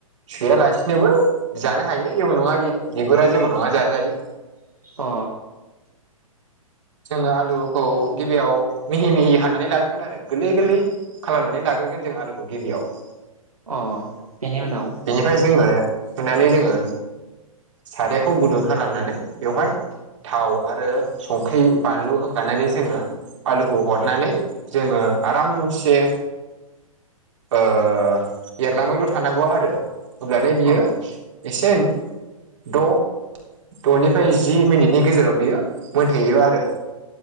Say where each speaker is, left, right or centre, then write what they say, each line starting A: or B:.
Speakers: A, on the right (about 55°); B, on the right (about 80°).
A: सोयालासिनोबो जानो हायो जेबो नङा बियो बिगुरा जेबो नङा जाजायो
B: अ
A: जोङो आलुखौ गिबियाव मिहि मिहि हाननानै लाग्रोगोन आरो गोलै गोलै खालामनानै लाग्रोगोन जों आलुखौ गिबियाव
B: अ बेनि उनाव
A: बेनिफ्राय जोङो सुनानै जोङो सारायखौ गुदुं खालामनानै बेवहाय थाव आरो संख्रि बानलु होखानानै जोङो आलुखौ हरनानै जोङो आरामसे ओ एरलाबायल थानांगौआ रो अब्लानो बियो
B: अ
A: एसे द दनिफ्राय जि मिनिटनि गेजेराव बियो मोनहैयो आरो